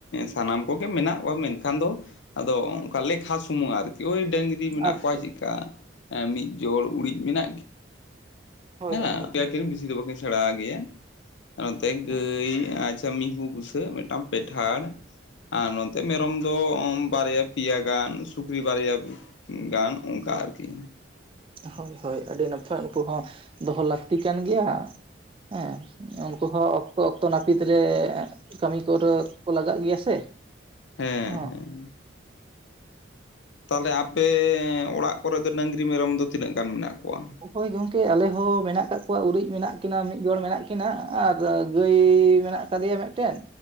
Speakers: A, on the left; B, on the right.
A: ᱥᱟᱱᱟᱢ ᱠᱚᱜᱮ ᱢᱮᱱᱟᱜ ᱠᱚᱣᱟ ᱢᱮᱱᱠᱷᱟᱱ ᱫᱚ ᱟᱫᱚ ᱚᱝᱠᱟ ᱞᱮᱠᱷᱟ ᱥᱩᱢᱩᱝ ᱟᱨᱠᱤ ᱳᱭ ᱰᱟᱹᱝ <inaudible> ᱢᱮᱱᱟᱜ
B: ᱟᱪᱪᱷᱟ
A: ᱠᱚᱣᱟ ᱪᱮᱫᱠᱟ ᱢᱤᱫ ᱡᱚᱲ ᱩᱲᱤᱡ ᱢᱮᱱᱟᱜ ᱜᱤ <inaudible>
B: ᱦᱳᱭ
A: ᱦᱮ
B: ᱦᱳᱭ ᱦᱳᱭ
A: <inaudible> ᱟᱹᱠᱤᱱ ᱵᱮᱥᱤ ᱫᱚ ᱵᱟᱹᱠᱤᱱ ᱥᱮᱬᱟ ᱜᱮᱭᱟ ᱟᱨ ᱱᱚᱛᱮ ᱜᱟᱹᱭ
B: ᱦᱳᱭ
A: ᱢᱤᱦᱩ ᱵᱩᱥᱟᱹᱜ ᱢᱮᱫᱴᱟᱝ ᱯᱮᱴᱷᱟᱲ ᱟᱨ ᱱᱚᱛᱮ ᱢᱮᱨᱚᱢ ᱫᱚ ᱵᱟᱨᱭᱟ ᱯᱮᱭᱟ ᱜᱟᱱ ᱥᱩᱠᱨᱤ ᱵᱟᱨᱭᱟ ᱜᱟᱱ ᱚᱝᱠᱟ ᱟᱨᱠᱤ
B: ᱦᱳᱭ ᱦᱳᱭ ᱟᱹᱰᱤ ᱱᱟᱯᱟᱭ ᱩᱱᱠᱩ ᱦᱚᱸ ᱫᱚᱦᱚ ᱞᱟᱹᱠᱛᱤ ᱠᱟᱱ ᱜᱮᱭᱟ ᱦᱮᱸ ᱩᱱᱠᱩ ᱦᱚᱸ ᱚᱠᱛᱚ ᱚᱠᱛᱚ ᱱᱟᱹᱯᱤᱛ ᱨᱮ ᱠᱟᱹᱢᱤ ᱠᱚᱨᱮ ᱠᱚ ᱞᱟᱜᱟᱜ ᱜᱮᱭᱟ ᱥᱮ
A: ᱦᱮᱸ
B: ᱦᱚᱸ
A: ᱦᱮᱸ ᱛᱟᱦᱚᱞᱮ ᱟᱯᱮ ᱚᱲᱟᱜ ᱠᱚᱨᱮᱫ ᱫᱚ ᱰᱟᱹᱝᱨᱤ ᱢᱮᱨᱚᱢ ᱫᱚ ᱛᱤᱱᱟᱹᱜ ᱜᱟᱱ ᱢᱮᱱᱟᱜ ᱠᱚᱣᱟ
B: ᱦᱳᱭ ᱜᱚᱝᱠᱮ ᱟᱞᱮ ᱦᱚᱸᱚᱸ ᱢᱮᱱᱟᱜ ᱟᱠᱟᱫ ᱠᱚᱣᱟ ᱩᱨᱤᱡ ᱢᱮᱱᱟᱜ ᱠᱤᱱᱟᱹ ᱢᱤᱫ ᱡᱚᱲ ᱢᱮᱱᱟᱜ ᱠᱤᱱᱟ ᱟᱨ ᱜᱟᱹᱭ ᱢᱮᱱᱟᱜ ᱠᱟᱫᱮᱭᱟ ᱢᱤᱫᱴᱮᱱ